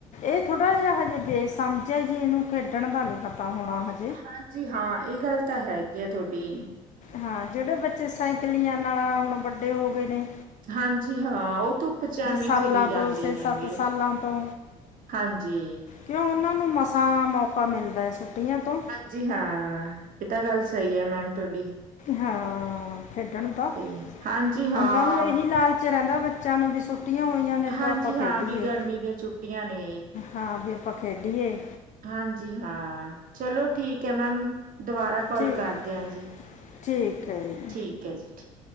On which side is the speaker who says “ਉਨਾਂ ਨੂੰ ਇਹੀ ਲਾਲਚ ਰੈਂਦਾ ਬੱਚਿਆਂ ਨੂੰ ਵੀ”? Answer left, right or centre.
Left